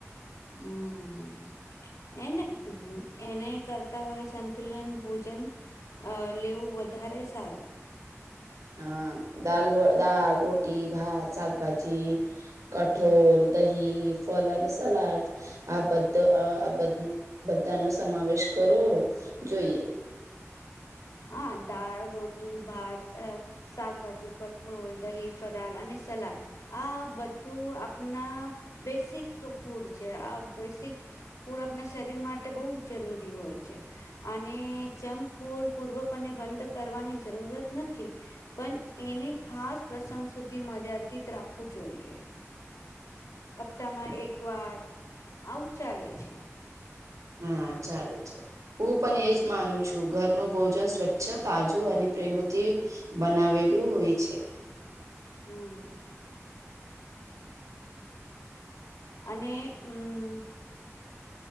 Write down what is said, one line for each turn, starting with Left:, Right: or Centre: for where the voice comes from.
Left: હમ્મ. એને એને કરતા હોય સંતુલન ભોજન અ લેવું વધારે સારું.
Right: હા દાલ, દાલ, રોટી, ભાત, શાકભાજી કઠોલ, દહી, ફલ અને સલાદ આ બધ આ બધા નો સમાવેશ કરવો જોઈએ.
Left: હા દાળ, રોટી, ભાત અ શાકભાજી, કઠોળ, દહી, ફરાળ અને સલાદ આ બધું આપણા બેસિક ફૂડ છે આ બેસિક ફૂડ આપણા શરીર માટે બહુ જરૂરી હોય છે. અને જંકફૂડ પૂર્વપને બંધ કરવાની જરૂરત નથી. પણ એને ખાસ પ્રસંગ સુધી મર્યાદિત રાખવું જોઈએ. હપ્તામાં એક વાર આવું ચાલે છે.
Right: હા ચાલે ચાલ હું પણ
Left: હમ
Right: એજ માનું છું. છું ઘરનું ભોજન સ્વચ્છ તાજું અને પ્રેમથી બનાવેલું હોય છે.
Left: હમ્મ. અને હમ્મ.